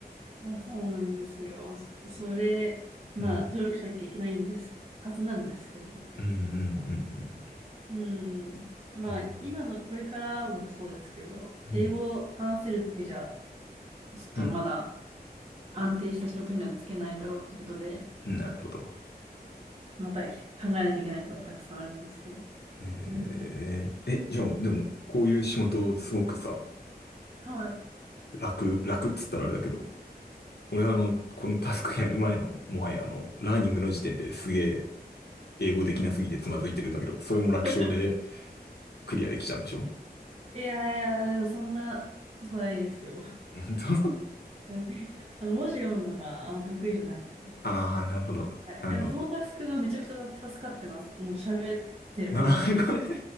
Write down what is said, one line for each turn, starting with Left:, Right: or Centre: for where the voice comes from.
Right: いや、そうなんですよ。そそれ、まあ、
Left: うん、
Right: 努力しなきゃいけないんです、はずなんですけどもね。
Left: うん、うん、
Right: まあ
Left: うん、
Right: うん。まあ、
Left: うん、
Right: 今の、これからもそうですけど、
Left: うん、
Right: 英語を話せるだけじゃ、
Left: う
Right: ちょっとまだ
Left: ん、
Right: 安定した仕事にはつけないだろうってことで、
Left: うんなるほど。
Right: また考えなきゃいけないことがたくさんあるんですけど。
Left: えー、
Right: うん。
Left: え、じゃあ、でも、こういう仕事、すごくさ、
Right: はい。
Left: 楽、楽っつったらあれだけど、俺はあの、このタスクやる前の、もはやあの、ラーニングの時点ですげえ、英語できなすぎてつまずいてるんだけど、それも楽勝で
Right: <laughs>
Left: クリアできちゃうんでしょ
Right: いやいや、でもそんなことないですよ。
Left: 本当
Right: <laughs> あの、文字読むのがあんま得意じゃないんで。
Left: <laughs> ああー、なるほど。
Right: はい。
Left: あの、
Right: でもこのタスクがめちゃくちゃ助かってます。もう喋ってればいいんで。
Left: <laughs> あー、これ、